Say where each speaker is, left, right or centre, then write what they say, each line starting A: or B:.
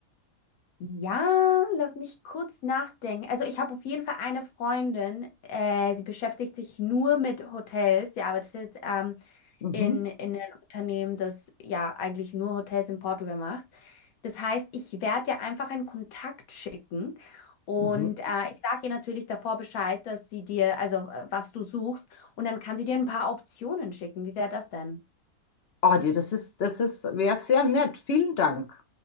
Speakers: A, on the left; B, on the left.
A: Ja, lass mich kurz nachdenken. Also ich habe auf jeden Fall eine Freundin, äh, sie beschäftigt sich nur mit Hotels. Sie arbeitet ähm,
B: Mhm.
A: in, in ein Unternehmen, das ja eigentlich nur Hotels in Portugal macht. Das heißt, ich werde dir einfach einen Kontakt schicken und
B: Mhm.
A: äh, ich sage ihr natürlich davor Bescheid, dass sie dir, also äh, was du suchst, und dann kann sie dir ein paar Optionen schicken. Wie wäre das denn?
B: Ah, die, das ist, das ist, wäre sehr nett. Vielen Dank.